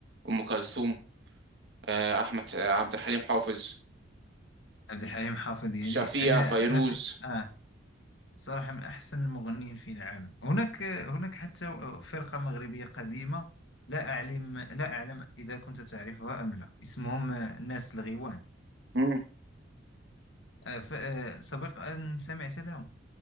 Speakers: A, on the right; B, on the left.
A: ام كلثوم آه، احمد آه، عبد الحليم حافظ
B: عبد الحليم حافظ يعني
A: شفيقة
B: أنا
A: فيروز
B: أنا في آه صراحة من أحسن المغنيين في العالم هناك آه، هناك حتى آه، فرقة مغربية قديمة لا أعلم لا أعلم إذا كنت تعرفها أم لا اسمهم آه، ناس الغيوان
A: مم.
B: آه، ف- آه، سبق أن سمعت لهم